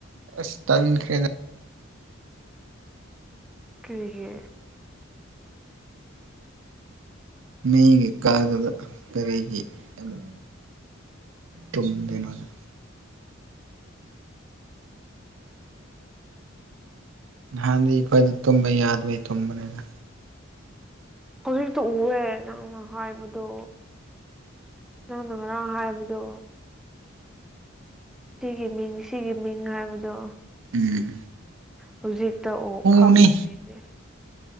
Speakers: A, on the right; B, in the centre.
A: ꯑꯁ ꯇꯟꯈ꯭ꯔꯦꯗ
B: ꯀꯩꯒꯤ
A: ꯅꯒꯤ ꯀꯥꯗꯨꯗ ꯀꯔꯤꯒꯤ ꯑꯃꯛ ꯇꯨꯝꯗꯣꯏꯅꯣꯗ ꯍꯥꯟꯗꯤ ꯑꯩꯈꯣꯏꯗ ꯇꯨꯝꯕ ꯌꯥꯗꯕꯩ ꯇꯨꯝꯕꯅꯦꯅ
B: ꯍꯧꯖꯤꯛꯇ ꯎꯔꯦ ꯅꯪꯅ ꯍꯥꯏꯕꯗꯣ ꯅꯪꯅ ꯉꯔꯥꯡ ꯍꯥꯏꯕꯗꯣ ꯁꯤꯒꯤ ꯃꯤꯡ ꯁꯤꯒꯤ ꯃꯤꯡ ꯍꯥꯏꯕꯗꯣ
A: ꯎꯝ
B: ꯍꯧꯖꯤꯛ ꯇ ꯑꯣ ꯈꯪ
A: ꯎꯅꯤ
B: ꯕꯅꯦ ꯑꯩꯗꯤ